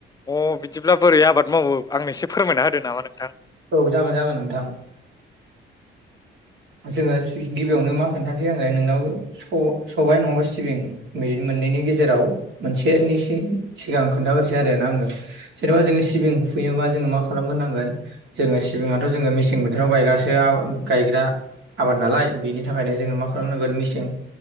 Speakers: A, on the left; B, on the right.
A: अ बिदिब्ला बोरै आबाद मावो आंनो एसे फोरमायना होदो नामा नोंथां।
B: औ जागोन जागोन नोंथां। जोङो सि गिबियावनो मा खोन्थानोसै आंङो नोंनाव सबाय नङाबा सिबिं मोननैनि गेजेराव मोनसेनि सि सिगां खोन्थाग्रोसै आरो ना आङो। जेनेबा जोङो सिबिं खुयोबा जोङो मा खालामगोरनांगोन जोङो सिबिाङाथथ' जोङो मे सें बोथोराव गायग्रासो आ गायग्रा आबाद नालाय। बेनि थाखायनो जोङो मा खालामनांगोन मेसें